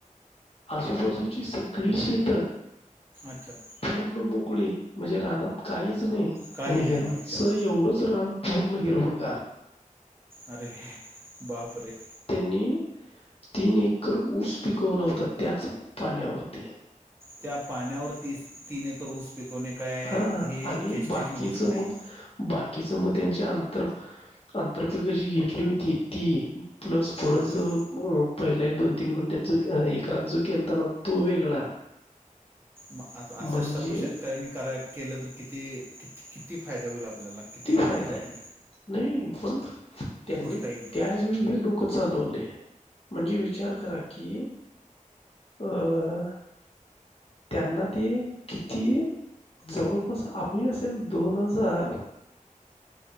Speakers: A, on the left; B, on the right.
A: आजूबाजूची सगळी शेतं.
B: अच्छा
A: पूर्ण मोगळी म्हणजे रानात काहीच च नाय
B: काही
A: आणि ह्यांचं
B: नाही अच्छा
A: एवढंच रान पूर्ण हिरवगार.
B: अरे बापरे!
A: त्यांनी तीन एकर ऊस पिकवला होता त्याच पाण्यावरती.
B: त्या पाण्यावर ती तीन एकर ऊस पिकवणे काय
A: हा
B: हे
A: आणि
B: चेष्टेची
A: बाकीच
B: गोष्ट नाही
A: मग बाकीचं मग त्यांचे आंतर अंतरपिक जी घेतली होती ती प्लस पुोडं
B: अच्छा
A: ज पहिल्या दोन तीन गुनट्यात. एक रात जो केलताना तो वेगळा.
B: मग असं
A: म्हणजे
B: सर्व शेतकऱ्यांनी करा केलं तर किती किती फायदा होईल आप ल्याला किती मोठा
A: फायदा
B: आपल
A: आहे. नाही पण त्यांनी
B: आहे ही.
A: त्यावेळी हे डोकं चालवलय. म्हणजे विचार करा की अं त्यांना ते किती. जवळपास आम्ही असेल दोन हजार